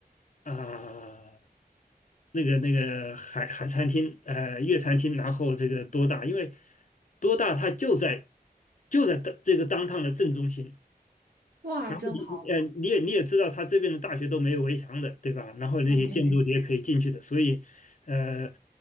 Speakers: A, on the left; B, on the right.
A: 啊、那个那个海海餐厅，呃，粤餐厅，然后这个多大，因为多大它就在就在的这个当趟的正中心，
B: 哇，
A: 然后你你呃你也你也知道，
B: 真好！
A: 它这边的大学都没有围墙的，对吧？然后那些建筑你也可以进去的，
B: 啊，对对对，
A: 所以呃，